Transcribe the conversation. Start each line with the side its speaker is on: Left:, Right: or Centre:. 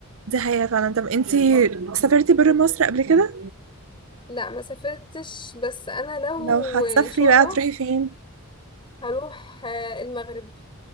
Right: دي حقيقة فعلا طب انتي سافرتي برا مصر قبل كده؟
Left: لا ما سافرتش بس انا لو
Right: لو هتسافري
Left: ان شاء
Right: بقى
Left: الله
Right: تروحي فين؟
Left: هروح آه، المغرب